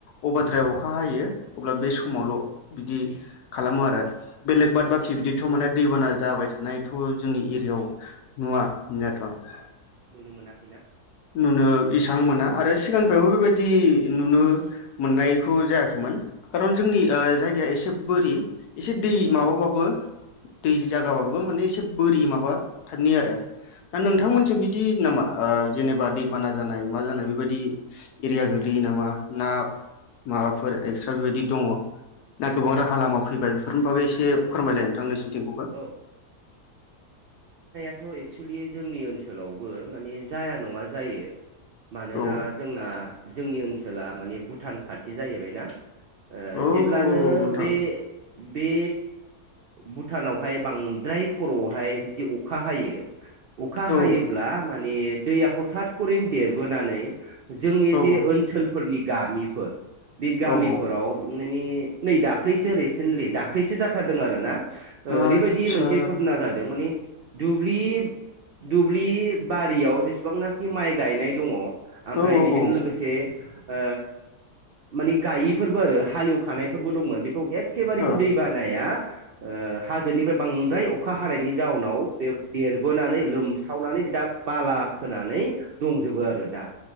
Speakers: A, on the left; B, on the right.
A: अभाद्राय अखा हायो। अब्ला बे समावल'
B: औ
A: बिदि खालामो आरो बेलेख बादबाखि बिदिथ' माने दैबाना जाबायथानायथ' जोंनि एरियायाव नु आ नुनायाथ'।
B: नुनो मोना।
A: नुनो इसां मोना आरो सिगांनिफ्रायबो बिबायदि नुनो मोन्नायखौ जायाखैमोन खारन जोंनि ओ जायगाया एसे बोरि एसे दै
B: औ
A: माबाबाबो दैजि जागाबाबो माने एसे बोरि माबा थारनि आरो दा नोंथांमैनथिं बिदि नामा। ओ जेनेबा दैबाना जानाय मा जानाय बेबादि एरिया गोलोयो नामा ना माबाफोर एस्ट्रा बिबायदि दङ ना गोबां राहालामा फैबाय? फाबो एसे
B: औ
A: फोरमायलाय नोंथां नोंसिनिथिंखौबो।
B: औ थ' एक्सुेलि जोंनि ओनसोलावबो माने जाया नङा जायो। मानोना
A: औ
B: जोंना जोंनि ओनसोला माने भुटान खाथि जाहैबायना। ओ
A: औ
B: जेब्लानो
A: औ नोंथां
B: बे बे भुटानावहाय बांद्राय खर'आवहाय बिदि अखा हायो। अखा
A: औ
B: हायोब्ला माने दैया हथाथखरिनो देरबोनानै जोंनि
A: औ
B: जे ओनसोलफोलनि गामिफोर बे गामिफोराव
A: औ औ
B: नैनि नै दाख्लैसो रेसेन्थलि दाख्लैसो जाथारदोंआरोना ओरैबादि
A: आदसा
B: मोनसे घथना जादों माने दुब्लि दुब्लि बारियाव जेसेबांनाखि माइ गायनाय दङ आमफ्राय
A: औ औ
B: बिजों
A: औ
B: लोगोसे ओ माने गायिफोरबो आरो हालेवखानायफोरबो दंमोन बेखौ एखखेबारे
A: ओ
B: बे दैबारि या ओ हाजोनिफ्राय बांद्राय अखा हानायनि जाउनाव दे देरबोनानै लोमसा सावनानै बिदा बाला खोनानै दंजोबो आरो दा।